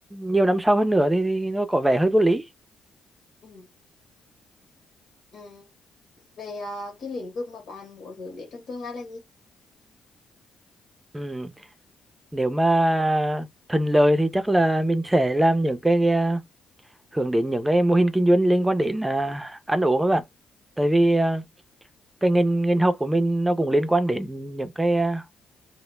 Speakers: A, on the right; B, on the left.
A: nhiều năm sau hơn nữa thì, thì nó có vẻ hơi vô lý
B: Ừ. Ừ. Về à, cái lĩnh vực mà bạn muốn hướng đến trong tương lai là gì?
A: ừ. nếu mà thuận lợi thì chắc là mình sẽ làm những cái à, hướng đến những cái mô hình kinh doanh liên quan đến à, ăn uống các bạn tại vì à, cái ngành ngành học của mình nó cũng liên quan đến những cái à,